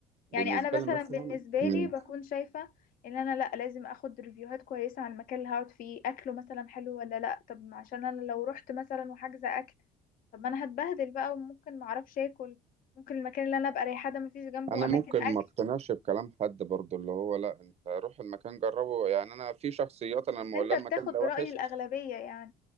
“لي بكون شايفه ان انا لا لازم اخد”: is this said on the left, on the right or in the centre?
Left